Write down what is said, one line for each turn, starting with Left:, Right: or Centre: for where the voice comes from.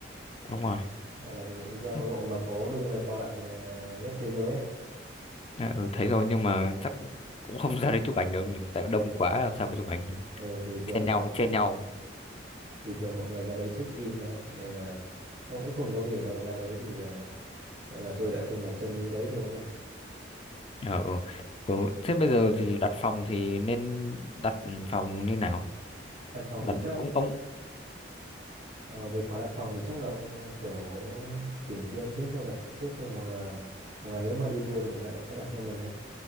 Left: đúng rồi
Right: gọi là cái giao
Left: Đấy,
Right: lộ mà có đông người qua lại à, nhất thế giới ấy
Left: à, ừ, thấy rồi nhưng mà chắc cũng không ra đấy chụp ảnh được tại đông quá làm sao mà chụp ảnh được
Right: ừ, thì thường
Left: chen
Right: mọi
Left: nhau chen nhau
Right: thì thường mọi người ra đấy check in thôi ấy. nên là nó cũng không có gì đâu ra đấy thì à, gọi là tôi đã từng đặt chân đến đấy thôi
Left: Ờ, ừ. ừ. thế bây giờ thì đặt phòng thì nên đặt phòng như nào
Right: đặt phòng
Left: đặt
Right: thì chắc
Left: ông ông
Right: ờ, về khoản đặt phòng thì chắc là ông ờ, kiểu tìm kiếm trước thôi đặt trước thôi hoặc là hoặc là nếu mà đi tour thì người ta đã sẽ đặt cho mình á